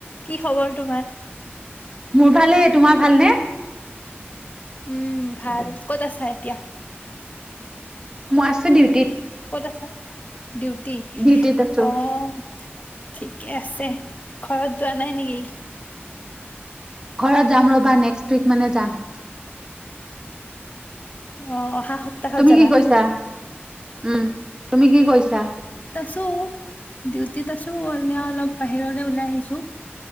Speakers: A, on the left; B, on the right.
A: কি খবৰ তোমাৰ?
B: মোৰ ভালেই। তোমাৰ ভালনে?
A: উম ভাল! ক'ত আছা এতিয়া?
B: মই আছো ডিউটিত।
A: ক'ত আছা? ডিউটি?
B: ডিউটিত আছো।
A: অ' ঠিকে আছে। ঘৰত যোৱা নাই নেকি?
B: ঘৰত যাম ৰ'বা। নেক্সট উইক মানে যাম।
A: অ অহা সপ্তাহত
B: তুমি
A: যাবা।
B: কি কৰিছা উম তুমি কি কৰিছা?
A: তো ডিউটিত আছো। এ অলপ বাহিৰলৈ ওলাই আহিছো।